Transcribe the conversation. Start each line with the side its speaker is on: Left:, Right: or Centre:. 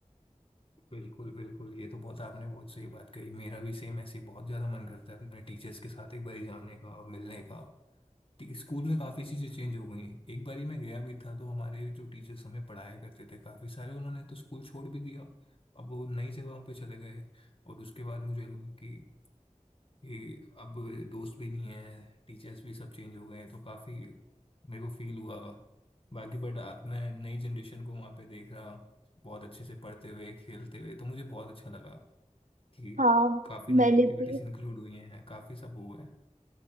Left: बिल्कुल बिल्कुल ये तो बहुत आपने बहुत सही बात कही मेरा भी सेम ऐसे ही बहुत ज़्यादा मन करता है अपने टीचर्स के साथ एक बार जाने का मिलने का टी- स्कूल में काफ़ी चीज़ें चेंज हो गई हैं। एक बारी मैं गया भी था तो हमारे जो टीचर्स हमें पढ़ाया करते थे काफ़ी सारे उन्होंने तो स्कूल छोड़ भी दिया अब वो नई जगहों पे चले गए और उसके बाद मुझे लगा कि कि अब दोस्त भी नहीं है टीचर्स भी सब चेंज हो गए हैं तो काफ़ी मेरे को फील हुआ बाकी बट मैं नई जनरेशन को वहाँ पे देख रहा बहुत अच्छे से पढ़ते हुए खेलते हुए तो मुझे बहुत अच्छा लगा कि
Right: हाँ
Left: काफ़ी नई
Right: मैंने
Left: एक्टिविटीज
Right: भी
Left: इंक्लूड हुई हैं काफ़ी सब हुआ है